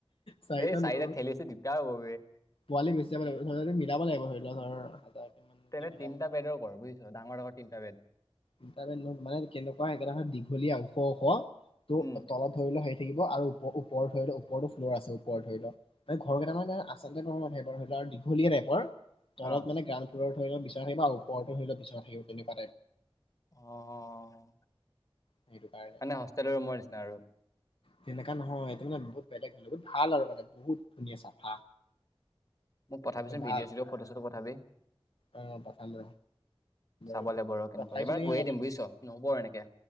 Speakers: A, on the left (about 70°); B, on the left (about 35°).
A: চাৰিটা
B: এই চাৰিটাক
A: নহয়
B: ঠেলি আছে দিগদাৰ হ'ব বে
A: পোৱালি বেছি যাব লাগিব ধৰি লোৱা তুমি <unintelligible>
B: তেনে
A: মিলাব
B: তিনিটা বেদৰ কৰ বুজিছ ডাঙৰ লগত তিনটা বেদ
A: মানে কেনেকুৱা একেটাৰ দীঘলীয়া ওখ ওখ ত
B: উম
A: তলত ধৰি লোৱা সেই থাকিব আৰু অৰ ওপৰ ধৰি লও ওপৰতো ফ্ল' আছে ওপৰ ধৰি লও ঘৰেই মানে আচলতেই ধৰি ল দীঘলীয়া টাইপৰ
B: অ
A: তলত মানে গ্ৰাউণ্ডৰ ফ্লৰও ধৰি ল বিচনা থাকিব ওৰতো ধৰি লও বিচনা অ তেনেকুৱা টাইপৰ
B: অ' অ'।
A: সেইটো কাৰণে
B: মানে হোষ্টেলৰ ৰুমৰ নিচিনা আৰু।
A: তেনেকা নহয় সেটো মানে বহুত বেলেগ হয় বহুত ভাল আৰু মানে বহুত ধুনীয়া চাফা।
B: মোক পঠাবিচোন
A: মানে ভাল
B: ভিডিঅ' চিডিঅ' ফটো চটো পঠাবি।
A: অ' পঠালো
B: চাব
A: এইটো
B: যাব লাগিব কেনেকুৱা
A: পঠাইছো
B: এইবাৰ
A: নেকি
B: গৈয়ে
A: আগতে,
B: দিম বুজিছ নহব আৰু এনেকে